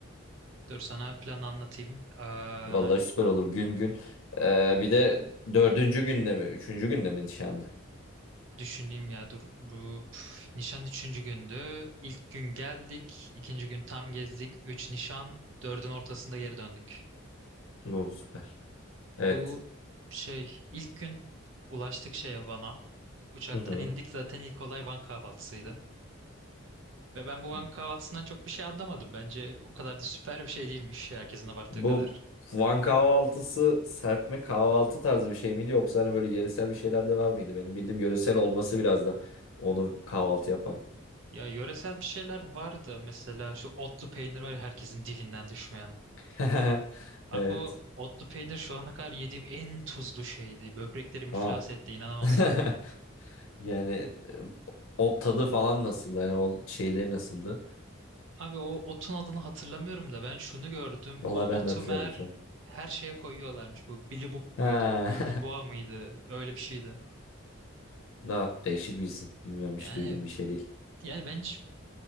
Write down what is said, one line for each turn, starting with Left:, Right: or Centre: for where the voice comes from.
Right: Dur sana planı anlatayım. Aa,
Left: Vallahi süper olur gün gün. Ee, bir de dördüncü günde mi? Üçüncü günde mi nişanda?
Right: düşüneyim ya dur. Bu, püf, nişan üçüncü gündü. İlk gün geldik. ikinci gün tam gezdik. Üç nişan. Dördün ortasında geri döndük.
Left: Oo, süper. Evet.
Right: Bu şey ilk gün ulaştık şeye Van'a. Uçaktan
Left: Hı hı.
Right: indik zaten ilk olay Van kahvaltısıydı. Ve ben bu banka
Left: <laughs>
Right: kahvaltısından çok bir şey anlamadım. Bence o kadar da süper bir şey değilmiş herkesin abarttığı
Left: Bu
Right: kadar.
Left: Van kahvaltısı serpme kahvaltı tarzı bir şey miydi yoksa hani böyle yöresel bir şeyler de var mıydı? Benim bildiğim yöresel olması biraz da onu kahvaltı yapan.
Right: Ya yöresel bir şeyler vardı. Mesela şu otlu peynir var ya herkesin dilinden düşmeyen.
Left: <laughs>
Right: Abi
Left: Evet.
Right: o otlu peynir şu ana kadar yediğim en tuzlu şeydi. Böbreklerim iflas
Left: Ah.
Right: etti inanamazsın.
Left: <laughs> Yani e, o tadı falan nasıldı? Yani o şeyleri nasıldı?
Right: Abi o otun adını hatırlamıyorum da ben şunu gördüm.
Left: Vallahi
Right: O
Left: ben
Right: otu
Left: de hatırlayamadım
Right: meğer
Left: şu an.
Right: her şeye koyuyorlarmış. Bu Billy Boop
Left: Ha.
Right: muydu? Bilboğa
Left: <laughs>
Right: mıydı? Öyle bir şeydi.
Left: Daha değişik bir isim. Bilmiyorum
Right: Yani
Left: hiç duyduğum bir şey değil.
Right: yani ben hiç